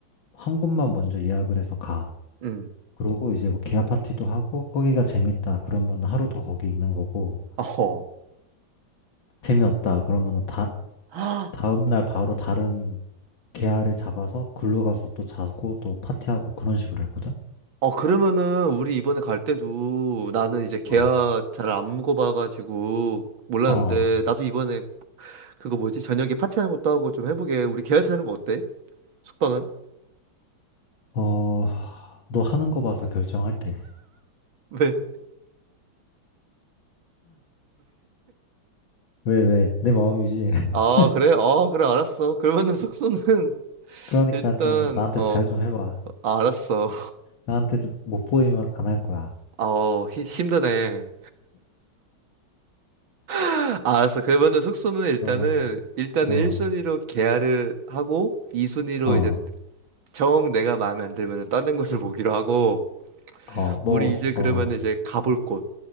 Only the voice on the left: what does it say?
한 곳만 먼저 예약을 해서 가.
그러고 이제 뭐 기아 파티도 하고 거기가 재밌다 그러면 하루 더 거기 있는 거고
재미없다 그러면은 다
다음 날 바로 다른 계아를 잡아서 글로 가서 또 자고 또 파티하고 그런 식으로 했거든.
어.
어,
어, 너 하는 거 봐서 결정할게.
왜, 왜? 내 마음이지. <laughs>
그러니까
좀 나한테
잘 좀 해봐.
나한테 좀 못 보이면 안 할 거야.
어,
어,
어,
어, 뭐,
어,